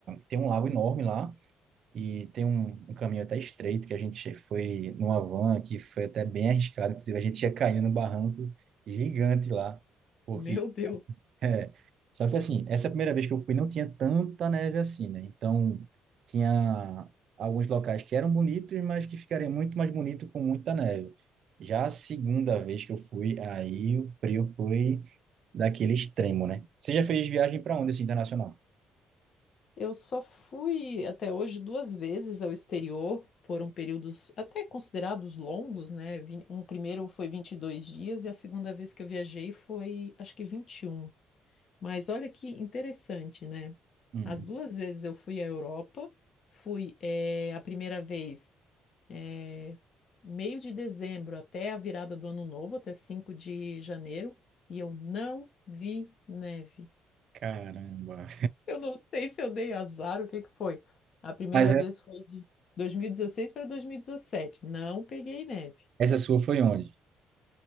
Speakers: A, on the right (about 65°); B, on the left (about 60°).
A: tem um lago enorme lá, e tem um, um caminho até estreito que a gente foi numa van que foi até bem arriscado. Inclusive, a gente ia caindo num barranco gigante lá. Porque,
B: Meu Deus.
A: <laughs> é, só que assim, essa primeira vez que eu fui não tinha tanta neve assim, né? Então, tinha alguns locais que eram bonitos, mas que ficariam muito mais bonito com muita neve. Já a segunda vez que eu fui, aí o frio foi daquele extremo, né? Você já fez viagem para onde, assim, internacional?
B: Eu só fui até hoje duas vezes ao exterior, foram períodos até considerados longos, né? Vin- Um primeiro foi 22 dias e a segunda vez que eu viajei foi, acho que 21. Mas olha que interessante, né?
A: Hum,
B: As duas vezes eu fui à Europa, fui eh, a primeira vez eh, meio de dezembro até a virada do ano novo, até 5 de janeiro, e eu não vi neve.
A: caramba.
B: Eu não sei se eu dei azar, o que que foi? A primeira
A: Mas essa,
B: vez foi de 2016 para 2017. Não peguei neve.
A: essa sua foi onde?